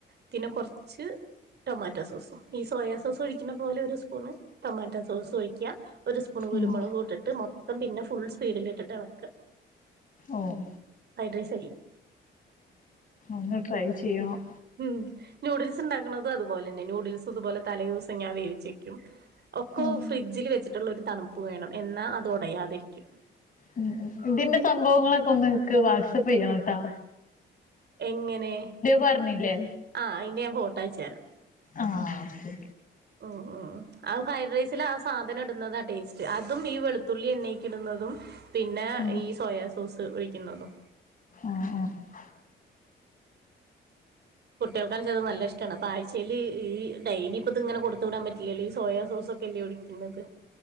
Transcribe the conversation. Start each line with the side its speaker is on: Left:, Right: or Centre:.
Right: പിന്നെ കൊറച്ച് ടൊമാറ്റോസോസുംഈസോയ സോസ് ഒഴികകെണപോലെ ഒരു സ്പൂണ് ടൊമാറ്റോസോസ് ഒഴിക്ക ഒരു സ്പൂൺ കുരുമുളകിട്ടിട്ട്മൊത്തം
Left: ഉം
Right: പിന്നെ ഫുൾ സ്പീഡിൽട്ടിട്ട് എളക്ക
Left: ഓഹ്
Right: ഫൈഡ്രസ്
Left: ഒന്ന് ട്രൈ ചെയ്യണം
Right: ഹ്മ് നൂഡിൽസ്ണ്ടാക്ക്ണതും അത്പോലെന്നെ നൂഡിൽസ്ത്പോലെ തലേ ദിവസം ഞാൻ വേവിച്ച്വെക്കും ഒക്കൊ
Left: ആഹ്
Right: ഫ്രിഡ്ജില് വെച്ചിട്ടുള്ളൊരു തണുപ്പ് വേണം എന്നാ അത് ഒടയാതിരിക്കും
Left: ഉം ഉം ഇതിന്റെ സംഭവങ്ങളൊക്കൊന്നെനിക്ക് വാട്സപ്പെയ്യണംട്ടാ
Right: എങ്ങനെ
Left: പറഞ്ഞില്ലേ
Right: ആ അയിന്റെ ഞാൻ ഫോട്ടയച്ചരാം
Left: ആഹ് ഓക്കെ ഓക്കെ
Right: ഹ്മ് ഹ്മ് ആ ഫ്രൈഡ്രൈസിലാ സാധനിടുന്നതാ ടേസ്റ്റ്, അതും ഈ വെളുത്തുള്ളി എണ്ണയ്ക്കിടുന്നതും പിന്നെ
Left: ഓക്കെ ഉം
Right: ഈ സോയസോസ് ഒഴിക്കുന്നതും
Left: ആഹ് ആഹ്
Right: കുട്ടികൾക്കാണെച്ചാത് നല്ല ഇഷ്ടാണ് അപ്പ ആഴ്ച്ചയില് ഈ ഡെയ്ലിപ്പതിങ്ങനെ കൊടുത്ത് വിടാ പറ്റില്ലല്ലോ ഈ സോയാ സോസൊക്കെല്ലേ ഒഴി പിന്നത്